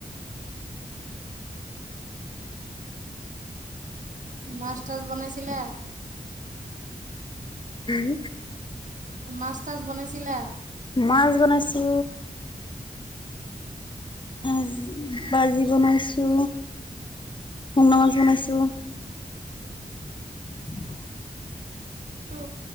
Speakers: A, on the right; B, on the left.
A: মাছ তাছ বনাইছিলে?
B: হম।
A: মাছ তাছ বনাইছিলা?
B: মাছ বনাইছো। আহ ভাজি বনাইছো। <unintelligible> মাছ বনাইছো। উম।
A: তো